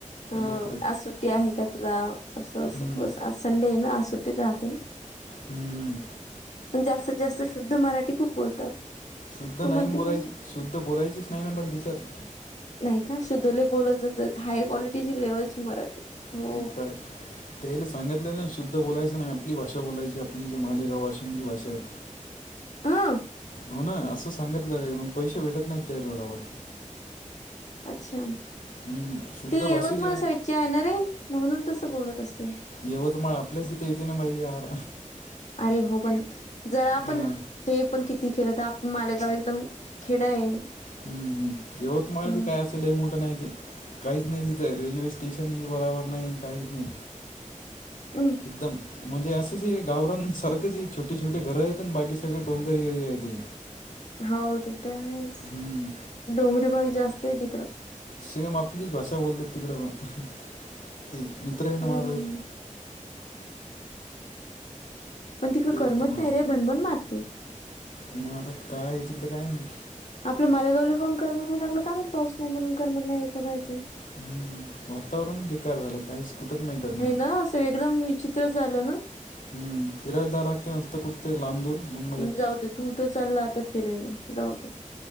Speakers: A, on the left; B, on the left.
A: अ
B: बापरे
A: आ सुट्टी आहे का तुला असं,
B: हम्म.
A: आज संडे आहे ना आ सुट्टीत राहते ना.
B: हम्म.
A: पण जास्तीत जास्त शुद्ध मराठी, खूप बोलतात.
B: शुद्ध नाही
A: तू म्हणते
B: बोलायच,
A: की
B: शुद्ध बोलायचीच नाही पण तिच्यांत.
A: नाही का शुद्धले बोलतच हाय, क्वालिटीची लेवलची मराठी. हो
B: <unintelligible> त्याला सांगितलेलं नाही, शुद्ध बोलायचं नाही आपली भाषा बोलायची, आपली जी मालेगाव वाशिंची भाषा आहे.
A: हा
B: हो ना, असं सांगितलं रे, मग पैसे भेटत नाही त्याबरोबर.
A: अच्छा!
B: हम्म शुद्ध
A: ते
B: भाषेच
A: यवतमाळ साईडचे आहे, ना रे म्हणून तस बोलत असते.
B: येवतमाळ आपल्याच इथे येते ना बाई यार.
A: अरे हो पण, जरा
B: हा
A: पण. ते पण किती खेल आपण, मालेगाव एकदम खेड आहे.
B: हम्म.. यवतमाळ
A: हम्म
B: बी काय असं. मोठ नाही ते, काहीच नाही तिथं रेल्वे स्टेशन बराबर नाही काहीच नाही.
A: हम्.
B: दम. म्हणजे असंच गावरान सारखंच ये छोटे छोटे घरं येत आणि बाकी सगळे डोंगर एरिया ती.
A: हो तिथे आहेच
B: हम्म
A: डोंगरी, भाग जास्त आहे तिकडं.
B: सेम आपलीच भाषा बोलतात तिकडे पण. ते मित्र हे न
A: हम्म
B: माझा
A: हम्म
B: एक.
A: पण तिकडं
B: यवतमाळ
A: करमत नाही रे, भनबन मारते.
B: मग आता काय, तिकडे काय नाही.
A: आपलं मालेगावला कोण? करमना नाही लागलं का? माहिती पाऊस नाही म्हणून करमत नाही का? काय? ते.
B: हम्म.. वातावरण बेकार झालं. काही कुठच नाही तर.
A: हे ना असं, एकदम विचित्र झालं ना.
B: हम् फिरायला <unintelligible> ते लामदूर मु
A: जाऊ दे तू तर चालला आता, फिरायला जाऊ दे.